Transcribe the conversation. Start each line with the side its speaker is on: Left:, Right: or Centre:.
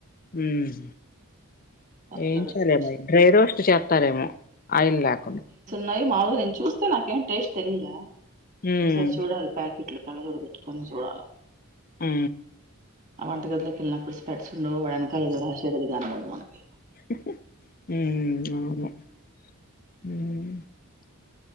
Left: ఉహుమ్
Right: సన్ఫ్లవర్
Left: ఏయించాలేమరి
Right: సీడ్స్
Left: డ్రై రోస్ట్ చేస్తారేమో ఆయిల్ లేకుండా
Right: నాయి మాములుగా నిను చూస్తే నాకేం టేస్ట్ తెలువలే
Left: హ్మ్.
Right: ఒకసారి చూడాలి ప్యాకెట్లు కళ్ళ జోడు పెట్టుకొని సూడాల
Left: హు
Right: ఆ వంట గదిలోకి వెళ్ళినప్పుడు స్పెట్స్ంలో వాడు వెనకాల ఎదో రాసేది అది కానబదు మనకి
Left: హు హు అవును